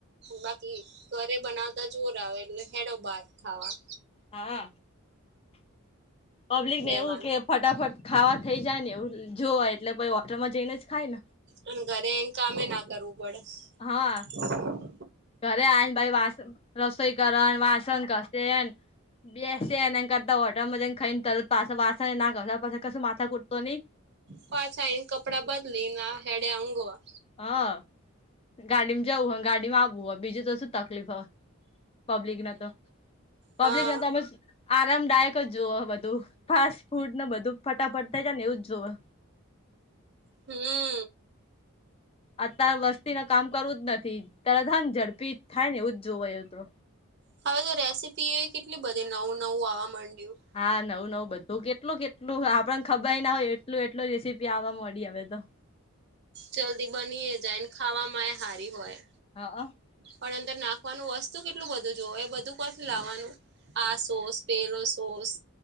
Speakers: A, on the right; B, on the left.
A: બાકી ઘરે બનાવતા જોર આવે એટલે હેંડો બાર ખાવા.
B: હા આ પબ્લિક ને
A: રેવાનું
B: એવું કે ફટાફટ ખાવા થઈ જાય ને એવું જોવાય એટલે પહિ હોટલમાં જઈને જ ખાય ન
A: અને ઘરે આઈ ને કામે ના કરવું પડે
B: હા.
A: <inaudible>
B: ઘરે આઈ ને પાહિ વાસ, રસોઈ કરે ન, વાસણ ઘસે ન બેસે એને કરતા હોટરમાં જઇન ખાઈને તરત પાછા વાસણ એ ના ઘસ પછે કશું માથા ખૂટ તો નહી
A: પાછા આયને કપડા બદલી ને આ હેડયા ઊંઘવા.
B: હ અ અ ગાડીમાં જવું હોય, ગાડીમાં આવવું હોય, બીજું તો શું તકલીફ હવે પબ્લિકને તો પબ્લિકને
A: હા
B: તો બસ આરામદાયક જ જોવહ બધું ફાસ્ટ ફૂડ ન ફટાફટ થઇ જાય ને જ જોવહ
A: હમ્મ.
B: અતાર વસ્તી ન કામ કરવું જ નથી તરત આમ ઝડપી થાય ને એવું જ જોવ એ તો
A: હવે તો રેસીપી એ કેટલી બધી નવું નવું આવવા મડય્યું.
B: હા નવું નવું બધું કેટલું કેટલું આપણને ખબર એ ના હોય એટલું એટલ રેસીપી આવે મળી હવે તો.
A: જલ્દી બની એ જાય ને ખાવા એ હારી હોય.
B: હ અ.
A: પણ અંદર નાખવાનું વસ્તુ કેટલું બધું જોવે એ બધું કો થી લાવવાનું. આ સોસ, પેલો સોસ.